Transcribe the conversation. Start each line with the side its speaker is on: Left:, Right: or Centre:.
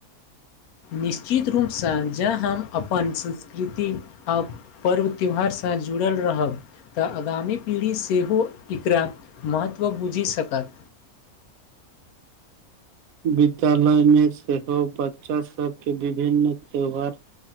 Left: निश्चित रूपसँ ज हम अपन संस्कृति आ पर्व त्यौहारसँ जुड़ल रहब। तऽ आगामी पीढ़ी सेहो एकरा महत्व बुझि सकत।
Right: विद्यालयमे सेहो बच्चा सभके विभिन्न त्यौहार